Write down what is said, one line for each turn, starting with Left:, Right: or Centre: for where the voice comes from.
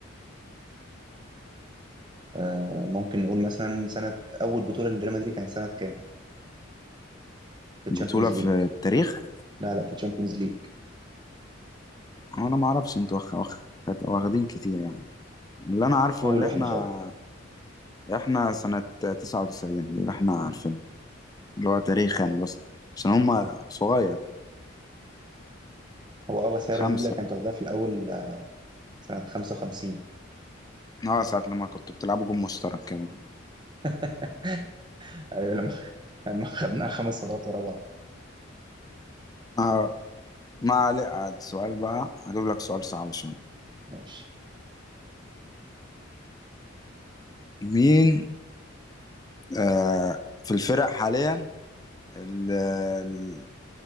Right: آه ممكن نقول مثلا سنه اول بطوله لريال مدريد كانت سنه كام في الشامبيونز
Left: بطولة في
Right: ليج
Left: التاريخ
Right: لا لا في الشامبيونز ليج
Left: أنا ما أعرفش أنتوا واخ- واخ- واخدين كتير يعني اللي انا عارفه
Right: اول
Left: اللي
Right: واحده
Left: احنا
Right: خالص
Left: احنا سنة 99 اللي احنا عارفينه اللي هو تاريخ يعني بس عشان هما صغير
Right: هو اه بس هي
Left: خمسة
Right: ريال مدريد اللي كانت واخداها في الاول آه، سنه 55
Left: اه ساعة لما كنت بتلعبوا جون مشترك كده
Right: <laughs> ايوه لما لما خدناها خمس مرات ورا بعض
Left: آه ما عليك عاد سؤال بقى هجيب لك سؤال صعب شوية
Right: ماشي
Left: مين آه في الفرق حاليا ال- ال-